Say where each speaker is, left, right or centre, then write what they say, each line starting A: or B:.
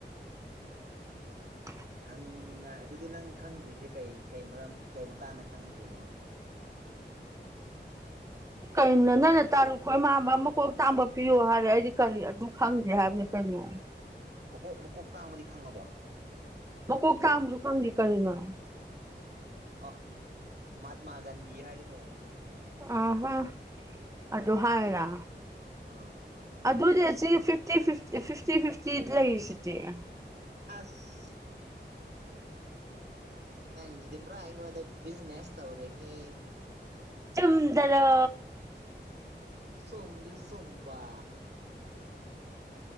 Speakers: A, on the right; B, on the right.
A: <unintelligible>
B: ꯈꯪꯅꯤꯡꯉꯥꯏ ꯑꯗꯨꯗꯤ ꯅꯪ ꯈꯪꯗ꯭ꯔꯤꯁꯦ ꯀꯩ ꯀꯩ ꯃꯔꯝ ꯀꯩ ꯃꯇꯥꯡꯗ ꯈꯪꯗ꯭ꯔꯤꯅꯣ
A: ꯀꯩ ꯅ ꯅ ꯇꯥꯨ ꯑꯩꯈꯣꯏ ꯃꯥꯟꯕ ꯃꯀꯣꯛ ꯇꯥꯡꯝꯕ ꯄꯤꯌꯣ ꯍꯥꯏꯔꯦ ꯑꯩꯗꯤ ꯀꯔꯤ ꯑꯗꯨ ꯈꯪꯗꯦ ꯍꯥꯏꯕꯅꯤ ꯀꯩꯅꯣ
B: ꯃꯀꯣꯛ ꯃꯨꯀꯣꯛ ꯇꯥꯡꯕꯗꯤ ꯈꯪꯉꯕꯣ
A: ꯃ ꯀ ꯀ ꯑꯃꯔꯀꯥꯟꯗꯤ ꯀꯔꯦꯅ
B: ꯑ ꯃꯍꯥꯇꯃꯥ ꯒꯥꯟꯙꯤ ꯍꯥꯏꯔꯗꯤ ꯂꯣꯏꯔꯦ ꯑꯗꯨꯗꯤ
A: ꯑ ꯍ ꯑꯗꯨꯗ ꯍꯥꯏꯔ
B: ꯑꯥ
A: ꯑꯗꯨꯗꯤ ꯑꯁꯤ ꯐꯤꯐꯇꯤ ꯐꯤꯐꯇꯤ ꯐꯤꯐꯇꯤ ꯂꯩꯔꯤꯁꯤꯅꯦꯦ
B: ꯑꯁ ꯅꯪꯁꯤꯗꯤ ꯄꯨꯔꯥ ꯑꯩꯉꯣꯟꯗ ꯕꯤꯖꯤꯅꯦꯁ ꯇꯧꯔꯦꯍꯦ
A: ꯆꯨꯝꯗ꯭ꯔꯣ
B: ꯁꯣꯝꯗꯤ ꯁꯣꯝꯕ